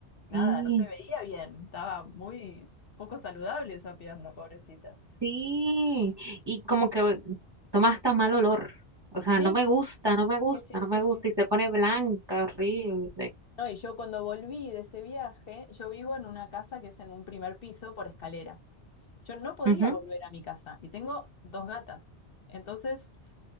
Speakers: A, on the left (about 60°); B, on the right (about 20°).
A: nada,
B: sí,
A: no se veía bien, estaba muy poco saludable esa pierna, pobrecita.
B: sí. Y como que toma hasta mal olor. O sea,
A: Sí,
B: no me gusta, no me gusta,
A: sí, sí,
B: no me gusta.
A: sí, sí,
B: Y se pone blanca, horrible.
A: No, y yo cuando volví de ese viaje, yo vivo en una casa que es en un primer piso por escalera. Yo no podía
B: Ujú.
A: volver a mi casa y tengo dos gatas. Entonces